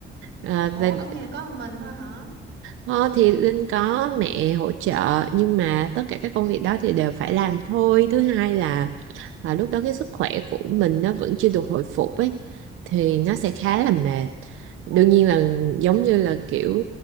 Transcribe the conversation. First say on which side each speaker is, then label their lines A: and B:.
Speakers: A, on the right; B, on the right.
A: Ờ,
B: Ủa,
A: và
B: ở nhà có một mình thôi hả?
A: Ờ, thì Linh có mẹ hỗ trợ nhưng mà tất cả các công việc đó thì đều phải làm thôi. Thứ hai là à, lúc đó cái sức khỏe của mình nó vẫn chưa được hồi phục ấy thì nó sẽ khá là mệt. Đương nhiên là giống như là kiểu